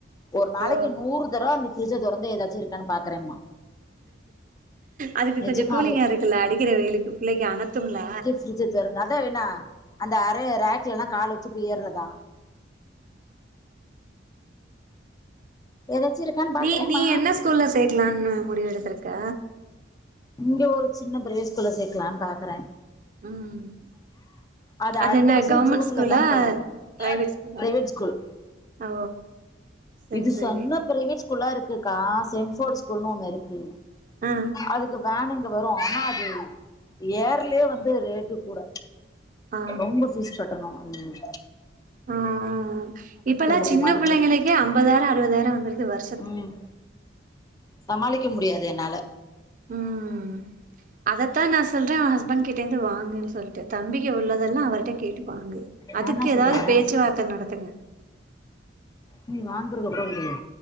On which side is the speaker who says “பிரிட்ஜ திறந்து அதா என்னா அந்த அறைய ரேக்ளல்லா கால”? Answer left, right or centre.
Left